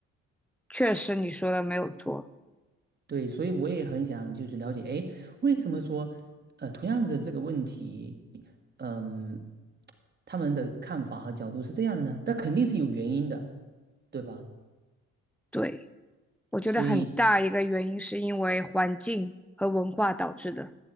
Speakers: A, in the centre; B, on the right (about 30°).
A: 确实，你说的没有错。
B: 对，所以我也很想就是了解，哎，为什么说，呃，同样的这个问题，嗯，他们的看法和角度是这样的呢？但肯定是有原因的，对吧？
A: 对，我觉得很大一个原因是因为环境和文化导致的。
B: 所以。